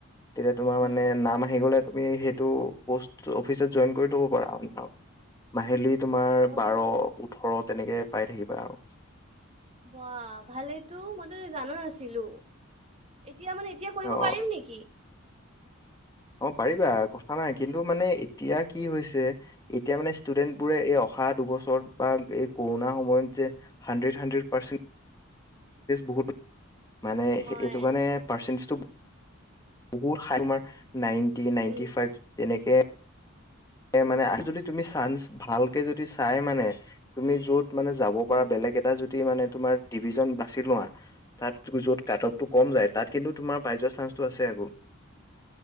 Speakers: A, on the left (about 15°); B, on the right (about 30°).
A: তেতিয়া তোমাৰ
B: উম
A: মানে নাম আহি গ'লে। তুমি সেইটো পষ্ট অফিচত জইন কৰি ল'ব পাৰা। মাহিলিত তোমাৰ
B: অ'
A: বাৰ ওঠৰ তেনেকে পাই থাকিবা আৰু।
B: বা ভালেইটো মইতো জানাই নাছিলোঁ। এতিয়া মানে এতিয়া কৰিব
A: অ',
B: পাৰিম নেকি?
A: অ পাৰিবা কথা নাই কিন্তু মানে এতিয়া কি হৈছে এতিয়া মানে ষ্টুডেন্ট বোৰে এই অহা দুবছৰত বা এই কৰোণাৰ সময়ত যে হাণ্ড্ৰেড হাণ্ড্ৰেড পাৰ্চেন্টেজ। বহু মানে
B: হয়
A: এইটো কাৰণে পাৰ্চণ্টেজটো বহুত তোমাৰ নাইনটি নাইনটি
B: উম
A: ফাইভ তেনেকে মানে আৰু যদি তুমি চাঞ্চ ভালকে যদি চাই মানে তুমি যত মানে যাব পৰা
B: উম,
A: বেলেগ এটা যদি মানে তোমাৰ ডিভিজন বাছি লোৱা তাত য'ত কাটপটো
B: উম।
A: কম যায় তাত কিন্তু তোমাৰ পাই যোৱা চান্সটো আছে আকৌ।